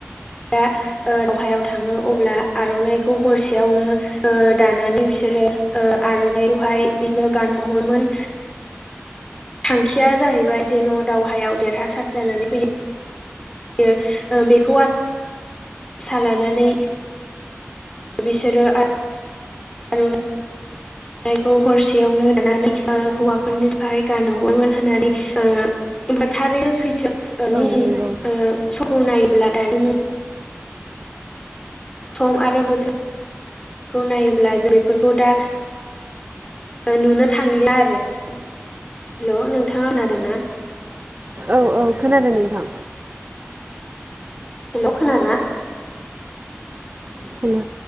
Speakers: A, on the left; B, on the right.
A: दावहायाव थाङो अब्ला आर'नाइखौ हरसेयावनो दानानै बिसोर आरो आर'नाइखौहाय बिदिनो गानहरोमोन थांखिया जाहैबाय जेन' दावहायाव देरहासार जानानै फैयो यो बेखौ आ आसा लानानै बिसोरो <unintelligible> खौ हरसेयावनो दानानै हौवाफोरनि थाखाय गानहहरोमोन होननानै थारैनो सैथोनि <unintelligible>
B: नंगौ
A: सखौ नायोब्ला दानि मुं सम आरो बोथोरखौ नायोब्ला जैफोरखौ दा नुनो थांलिआ आरो हेल' नोंथाङा खोनादों ना
B: औ औ खोनादों नोंथां।
A: हेल' खोनादोंना?
B: हेल'